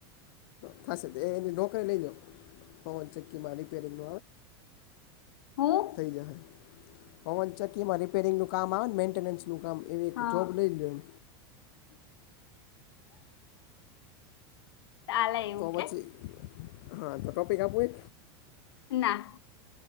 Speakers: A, on the left; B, on the left.
A: થશે એની નોકરી લઈ જા પવન ચક્કીમાં રિપેરંગ
B: હું
A: થઈ જ. પવનચકીમાં રિપેરિંગનું કામ આવે ને મેન્ટેનન્સનું કામ એવ એક
B: હા
A: જોબ લઈ લ લો એમ
B: ચાલે એવું
A: તો
B: કે
A: પછી હા તો ટોપિક આપું.
B: ના.